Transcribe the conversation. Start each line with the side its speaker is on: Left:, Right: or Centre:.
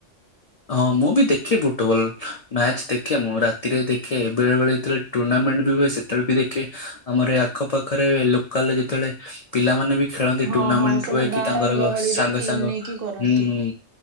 Left: ହଁ ମୁଁ ବି ଦେଖେ ଫୁଟବଲ୍, ମ୍ୟାଚ୍ ଦେଖେ ମୁଁ ରାତିରେ ଦେଖେ, ବେଳେବେଳେ ଯେତେବେଳେ ଟୁର୍ଣ୍ଣାମେଣ୍ଟ ବି ହୁଏ ସେ ତେବେଳେ ବି ଦେଖେ, ଆମର ଏଇ ଆଖପାଖରେ ଲୋକାଲ୍ ଯେତେବେଳେ ପିଲାମାନେ ବି ଖେଳନ୍ତି,
Right: ହଁ
Left: ଟୁର୍ଣ୍ଣାମେଣ୍ଟ
Right: ହଁ ସବୁ
Left: ହୁଏ
Right: ଗାଁ
Left: କି ତାଙ୍କର
Right: ଗହଳିରେ
Left: ସାଙ୍ଗ
Right: ଟିମ୍
Left: ସାଙ୍ଗ
Right: ନେଇକି କରନ୍ତି
Left: ହୁଁ, ହୁଁ